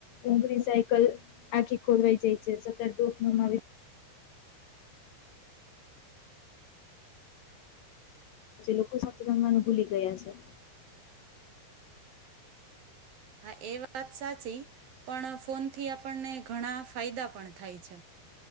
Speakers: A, on the left; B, on the right.
A: ઊંઘરી સાયકલ આખી ખોદવાઈ જાય છે સતત ડોક નમાવી ને જે લોકો સાથે જમવાનું ભૂલી ગયા છે
B: હા એ વાત સાચી પણ ફોન થી આપણને ઘણા ફાયદા પણ થાય છે